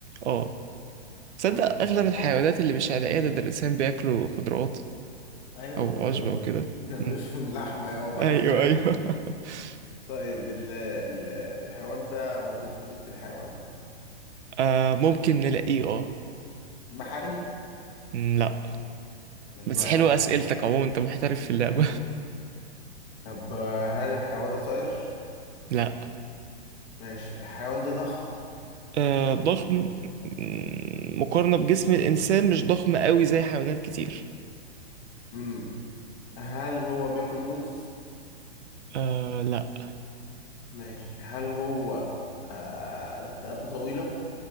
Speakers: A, on the right (about 80°); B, on the left (about 25°).
A: اه تصدق
B: امم
A: أغلب
B: طب
A: الحيوانات
B: هو
A: اللي مش عدائية ضد الإنسان بياكلوا خضروات
B: ايوه
A: أو
B: ما هو
A: عشبة
B: بيقعد-
A: وكده
B: ما
A: مم.
B: ملوش في اللحمة يابا
A: أيوه
B: احنا لينا
A: أيوه
B: في اللحمة
A: <laughs>
B: طيب ال... ال... الحيوان ده موجود في حديقة الحيوان
A: آه ممكن نلاقيه اه
B: بحري
A: مم، لا
B: مش
A: بس
B: بحري
A: حلوة أسئلتك عموما أنت محترف في اللعبة
B: امم طب آه، هل الحيوان ده طائر؟
A: <laughs> لا
B: ماشي الحيوان ده ضخم
A: آه، ضخم مم، مقارنة بجسم الإنسان مش ضخم قوي زي حيوانات كتير
B: امم هل هو بياكل موز؟
A: آه لا
B: ماشي هل هو آه رقبته طويلة؟